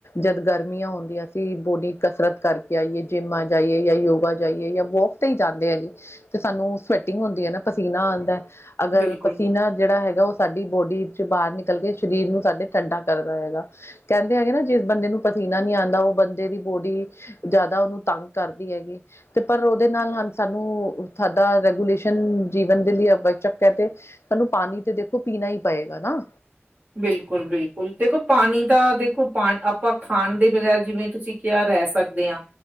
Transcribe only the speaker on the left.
ਜਦ ਗਰਮੀਆਂ ਹੁੰਦੀਆਂ ਸੀਂ, ਬੋਡੀ ਕਸਰਤ ਕਰਕੇ ਆਈਏ, ਜਿੰਮ ਆ ਜਾਈਏ ਯਾਂ ਯੋਗਾ ਜਾਈਏ ਯਾਂ ਵੋਕ ਤੇ ਈ ਜਾਂਦੇ ਐਂ ਜੀ ਤੇ ਸਾਨੂੰ ਸਵੈਟਿੰਗ ਹੁੰਦੀ ਏ ਨਾ, ਪਸੀਨਾ ਆਂਦੈ ਅਗਰ
ਪਸੀਨਾ ਜੜਾ ਹੈਗਾ, ਓ ਸਾਡੀ ਬੋਡੀ ਇੱਚ ਬਾਹਰ ਨਿਕਲ ਕੇ ਸ਼ਰੀਰ ਨੂੰ ਸਾਡੇ ਠੰਡਾ ਕਰਦਾ ਹੈਗਾ। ਕੈਂਦੇ ਹੈਗੇ ਨਾ, ਜਿਸ ਬੰਦੇ ਨੂੰ ਪਸੀਨਾ ਨੀ ਆਂਦਾ, ਓ ਬੰਦੇ ਦੀ ਬੋਡੀ ਜਾਦਾ ਓਨੂੰ ਤੰਗ ਕਰਦੀ ਹੈਗੀ। ਤੇ ਪਰ ਓਦੇ ਨਾਲ ਹਨ, ਸਾਨੂੰ ਸਾਡਾ ਰੈਗੂਲੇਸ਼ਨ ਜੀਵਨ ਦੇ ਲਈ ਆਵਾਚਕ ਐ ਤੇ ਸਾਨੂੰ ਪਾਨੀ ਤੇ ਦੇਖੋ, ਪੀਨਾ ਈ ਪਏਗਾ ਨਾ।